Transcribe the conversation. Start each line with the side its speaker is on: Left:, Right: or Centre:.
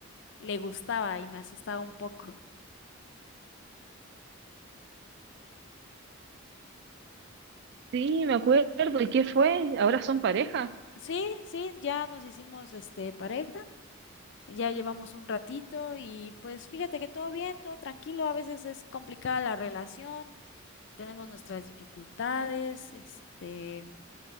Left: le gustaba y me asustaba un poco.
Right: Sí, me acuerdo. ¿Y qué fue? ¿Ahora son pareja?
Left: Sí, sí, ya nos hicimos este pareja Ya llevamos un ratito y pues fíjate que todo bien, todo tranquilo. A veces es complicada la relación, tenemos nuestras dificultades, este,